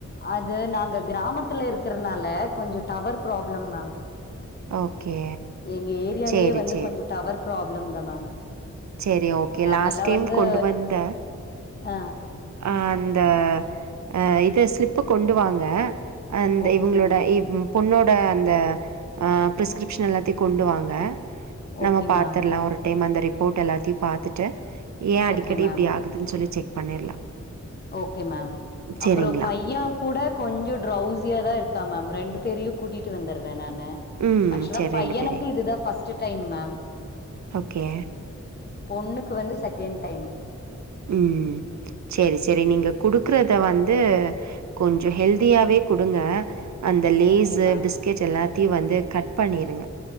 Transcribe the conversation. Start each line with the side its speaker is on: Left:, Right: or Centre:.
Left: அது நாங்க கிராமத்துல இருக்கறனால கொஞ்ச டவர் ப்ராப்ளம் மேம்
Right: ஓகே
Left: எங்க ஏரியாலயே
Right: சேரி
Left: வந்து
Right: சேரி
Left: கொஞ்ச டவர் ப்ராப்ளம் தா மேம்
Right: சேரி ஓகே
Left: நாங்கல்லாம்
Right: லாஸ்ட் டைம்
Left: வந்து
Right: கொண்டு வந்த
Left: ஆ
Right: அ அந்த அ இத ஸ்லிப்பு கொண்டு வாங்க அந்த
Left: ஓகே
Right: இவுங்களோட
Left: மேம்
Right: இவ் பொண்ணோட அந்த ப்ரிஸ்கிரிப்ஷன் எல்லாத்தையு கொண்டு வாங்க நம்ம
Left: ஓகே
Right: பாத்தர்லா
Left: மேம்
Right: ஒரு டைம் அந்த ரிப்போர்ட் எல்லாத்தியு பாத்துட்டு ஏ அடிக்கடி
Left: ஓகே மேம்
Right: இப்டி ஆகுத் துன் சொல்லி செக் பண்ணிர்லா
Left: ஓகே மேம் அப்புறோ
Right: சேரிங்களா
Left: பைய கூட கொஞ்சோ ட்ரௌஸியாதா இருக்கா மேம் ரெண்டு பேரியு கூட்டிட்டு வந்தறே நானு
Right: ம்
Left: ஆக்சுவலா
Right: சேரி
Left: பையனுக்கு
Right: ரெண்டு பேரையு
Left: இதுதா ஃபஸ்ட்டு டைம் மேம்
Right: ஓகே
Left: பொண்ணுக்கு வந்து செகண்ட் டைம்
Right: ம் செரி செரி நீங்க குடுக்குறத வந்து கொஞ்சோ ஹெல்தியாவே குடுங்க அந்த லேஸு
Left: ஓகே மேம்
Right: பிஸ்கெட் எல்லாத்தியு வந்து கட் பண்ணிருங்க